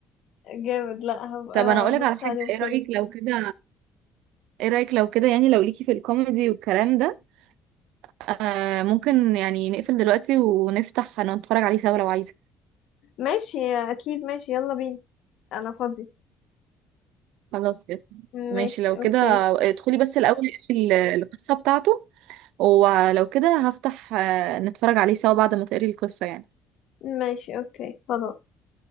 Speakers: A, on the left; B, on the right.
A: جامد لا هبقى
B: طب انا اقولك
A: ابص
B: على حاجة
A: عليه وكده
B: ايه رأيك لو كده ايه رأيك لو كده يعني لو ليكي في الكوميدي والكلام ده آه ممكن يعني نقفل دلوقتي ونفتح نتفرج عليه سوا لو عايزة
A: ماشي اكيد ماشي يلا بينا انا فاضي
B: خلاص يلا. ماشي
A: ماشي
B: لو كده
A: اوكي
B: ادخلي بس الأول اقري ال- القصة بتاعته ولو كده هفتح آه نتفرج عليه سوا بعد ما تقري القصة يعني
A: ماشي اوكي خلاص